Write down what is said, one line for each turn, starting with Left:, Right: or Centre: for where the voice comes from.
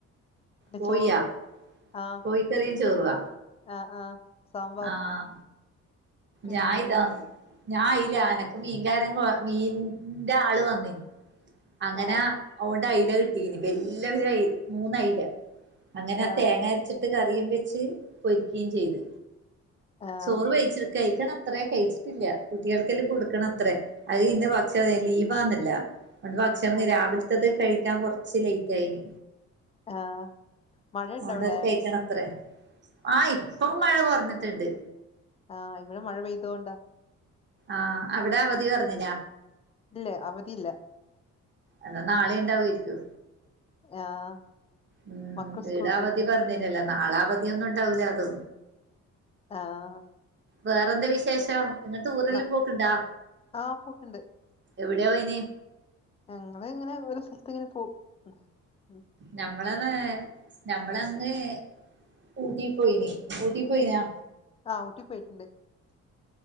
Left: പിന്നെ
Right: കോഴിയാ
Left: ചോറും ആഹ്
Right: കോഴിക്കറിയും ചോറുവാ
Left: ആഹ് ആഹ് സാമ്പാറും
Right: ആഹ്
Left: പിന്നെ
Right: ഞാൻ ഇതാ ഞാൻയില്ല എനക്ക് മീൻകാരൻ മീന്റെ ആള് വന്നിന അങ്ങനെ
Left: ആഹ്
Right: അതൊണ്ട് അയ്ല കിട്ടീന് വല്യ മൂന്ന് അയ്ല അങ്ങനെ
Left: ആഹ്
Right: തേങ്ങ അരച്ചിട്ട് ഇത് കറിയും വെച്ച് പൊരിക്കു ചെയ്ത്
Left: ആഹ്
Right: ചോറ് വഴിച്ചിടുക്ക കഴിക്കണം അത്ര കഴിച്ചിട്ടില്ല കുട്ടികൾക്കെല്ലും കൊടുക്കണം അത്രേ അത് ഇന്ന് ഭക്ഷ ലീവ് ആന്നല്ല അതുകൊണ്ട് ഭക്ഷണം
Left: ആഹ്
Right: രാവിലത്തത് കഴിക്കാൻ കുറച്ച് ലേറ്റ് ആയിന്
Left: ആഹ് മഴയുണ്ടോ
Right: അതൊണ്ട്
Left: അവിടെ
Right: അത് കഴിക്കണ അത്രേ ആഹ് ഇപ്പൊ മഴ കൊറഞ്ഞിട്ടുണ്ട്
Left: ആഹ് ഇവിടെ മഴ പെയ്തോണ്ടാ
Right: ആഹ് അവിടെ അവധി പറഞ്ഞിനാ
Left: ഇല്ലേ അവധിയില്ല
Right: എന്നാ നാളെ ഉണ്ടാവാ രിക്കും
Left: ആഹ്
Right: ഉം
Left: മക്കൾ
Right: വീട
Left: സ്കൂൾ പോയിക്കാ
Right: അവധി പറഞ്ഞേനല്ല നാളാവധിയൊന്നും ഉണ്ടാവൂലലൊ
Left: ആഹ്
Right: വേറെന്താ വിശേഷം ഇങ്ങ ടൂറെല്ലും
Left: ന
Right: പോക്ക്ണ്ടാ
Left: ആഹ് പോക്ക്ണ്ട്
Right: എവിടെയാ പോയിനി
Left: ഞങ്ങള ഇങ്ങനെ ഒരു സ്ഥലത്ത് ഇങ്ങനെ പോവും ഉം.
Right: ഞമ്മളതാ ഞമ്മളങ്ങ് ഊട്ടി പോയിനി ഊട്ടി പോയിനാ
Left: ആഹ് ഊട്ടി പോയിട്ടുണ്ട്